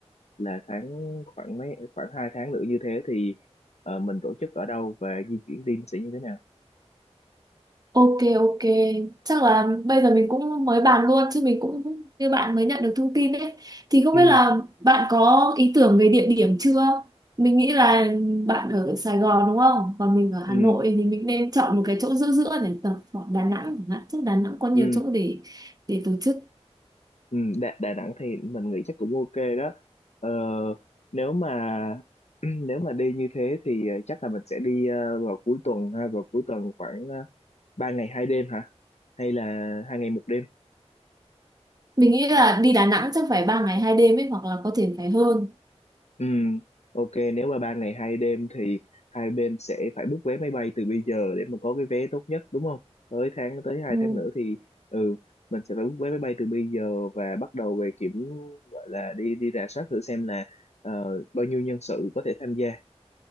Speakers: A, on the left; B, on the right.
A: là tháng khoảng mấy khoảng hai tháng nữa như thế thì ờ, mình tổ chức ở đâu và di chuyển team sẽ như thế nào?
B: Ok ok chắc là bây giờ mình cũng mới bàn luôn chứ mình cũng như bạn mới nhận được thông tin ấy thì không
A: Ừ,
B: biết là bạn có ý tưởng về địa điểm chưa? Mình nghĩ là bạn ở Sài Gòn đúng không? Còn mình ở Hà
A: ừ,
B: Nội thì mình nên chọn một cái chỗ giữa giữa để tập khoảng Đà Nẵng chẳng hạn. Chứ Đà Nẵng có nhiều
A: ừ.
B: chỗ để để tổ chức
A: Ừ, Đà, Đà Nẵng thì mình nghĩ chắc cũng ok đó ờ, nếu mà <clears throat> nếu mà đi như thế thì ờ, chắc là mình sẽ đi ờ, vào cuối tuần ha vào cuối tuần khoảng uh, 3 ngày hai đêm hả hay là hai ngày một đêm
B: Mình nghĩ là đi Đà Nẵng chắc phải 3 ngày 2 đêm ấy hoặc là có thể phải hơn.
A: ừ, ok nếu mà ba ngày hai đêm thì hai bên sẽ phải book vé máy bay từ bây giờ để mà có cái vé tốt nhất đúng không tới tháng tới hai
B: Ừ.
A: tháng nữa thì ừ mình sẽ phải book vé máy bay từ bây giờ và bắt đầu về kiểm gọi là đi đi rà soát thử xem là ờ, bao nhiêu nhân sự có thể tham gia